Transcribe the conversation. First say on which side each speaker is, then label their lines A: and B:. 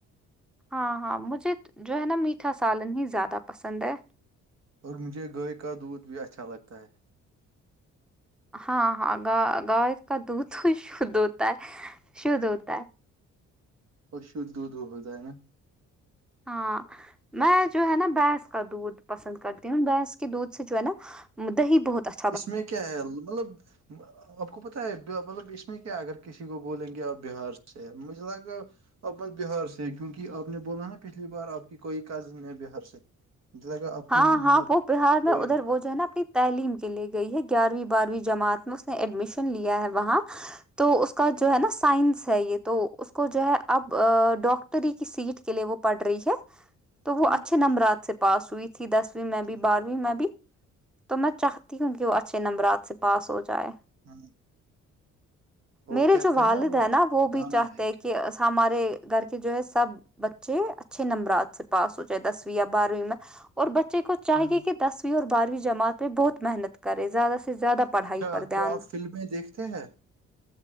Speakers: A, in the centre; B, on the right.
A: ہاں ہاں مجھے جو ہے نا میٹھا سالن ہی زیادہ پسند ہے
B: اور مجھے گائے کا دودھ بھی اچھا لگتا ہے
A: ہاں ہاں گ گائے کا دودھ تو شدھ ہوتا ہے شدھ ہوتا ہے
B: اور شدھ دودھ ہوتا ہے نا
A: ہاں میں جو ہے نا بھینس کا دودھ پسند کرتی ہوں بھینس کے دودھ سے جو ہے نا دی بہت اچھا
B: اس میں کیا ہے مطلب آپ کو پتہ ہے مطلب اس میں کیا اگر کسی کو بولیں گے آ بہار سے مجھے لگا اب م بہار سے کیونکہ آپ نے بولا نا پچھلی بار آپ کی کوئی کزن ہے بہار سے <unintelligible>
A: ہاں ہاں
B: مطلب
A: وہ بہار میں
B: کوئی
A: ادھر وہ جو ہے نا اپنی تعلیم کے لیے گئی ہے گیارہویں بارہویں جماعت میں اس نے ایڈمیشن لیا ہے وہاں تو اس کا جو ہے نا سائنس ہے یہ تو اس کو جو ہے اب ڈاکٹر ری کی سیٹ کے لیے وہ پڑ رہی ہے تو وہ
B: ہ
A: اچھے نمبرات سے پاس ہوئی تھی دسویں میں بھی
B: ہ
A: بارہویں میں بھی تو میں چاہتی ہوں کہ وہ اچھے نمبرات سے پاس ہو جائے
B: ہاں وہ
A: میرے
B: کہتے
A: جو والد ہیں نا وہ بھی
B: گانا
A: چاہتے
B: ایک
A: ہیں کہ
B: ہے
A: ہمارے گھر کے جو ہے سب بچے اچھے نمبرات سے پاس ہو جائے دسویں یا بارہویں میں اور بچے کو چاہیے
B: ہ
A: کہ دسویں اور بارہویں جماع پہ بہت محنت کرے زیادہ سے زیادہ پڑھائی
B: اچھا
A: پر دھیان
B: تو آپ فلمیں دیکھتے ہیں